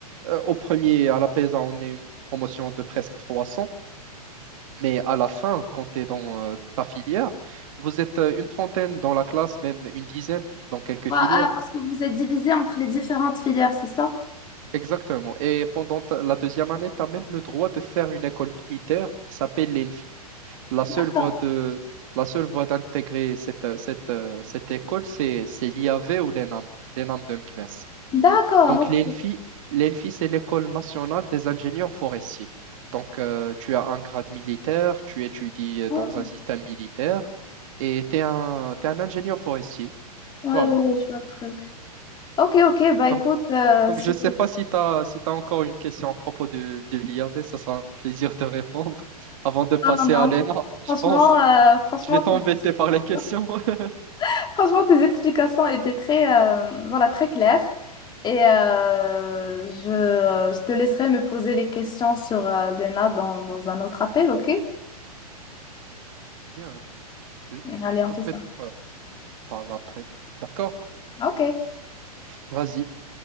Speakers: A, on the right; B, on the left.
A: euh, au premier, à la PESA, on est une promotion de presque 300. Mais à la fin, quand tu es dans euh, ta filière, vous êtes euh, une trentaine dans la classe, même une dizaine dans quelques
B: Ouais,
A: filières.
B: ah, parce que vous êtes divisé entre les différentes filières, c'est ça?
A: Exactement. Et pendant ta- la deuxième année, tu as même le droit de faire une école militaire qui s'appelle l'ENFI. La seule
B: D'accord.
A: voie de, la seule voie d'intégrer cette, euh, cette, euh, cette école, c'est, c'est l'IAV ou l'ENAM, l'ENAM de Meknes.
B: D'accord,
A: Donc, l'ENFI,
B: ok.
A: l'ENFI, c'est l'École nationale des ingénieurs forestiers. Donc, euh, tu as un grade militaire, tu étudies euh,
B: ok.
A: dans un système militaire et tu es un, t'es un ingénieur forestier.
B: Ouais,
A: Voilà.
B: ouais, ouais, je vois le truc. Ok, ok, bah écoute,
A: Donc,
B: euh,
A: donc
B: ce
A: je ne
B: fait-
A: sais pas si tu as, si tu encore une question à propos de, de l'IAV, ça sera un plaisir de répondre <laughs> avant de passer
B: Non, non, non.
A: à l'ENA, je
B: Franchement,
A: pense.
B: euh, franchement,
A: Je vais t'embêter
B: tes explications...
A: par les questions. <laughs>
B: <laughs> franchement, tes explications étaient très, euh, voilà, très claires. Et euh, je, euh, je te laisserai me poser les questions sur euh, Lena dans, dans un autre appel, ok?
A: Bien, je-
B: Allez, on
A: donc
B: fait ça.
A: peut-être euh, par après. D'accord?
B: Ok, à
A: Vas-y,